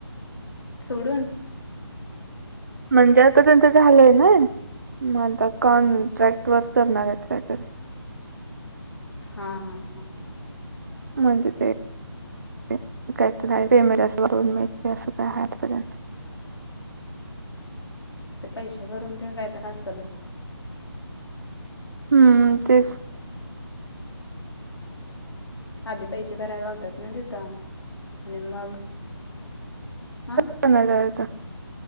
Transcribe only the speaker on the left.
सुडून
हा, हा, हा.
ते पैसे भरून तेन, काय तर आसल.
आधी पैसे भरायला लावतात ना, तिथ. आणि मग, आं.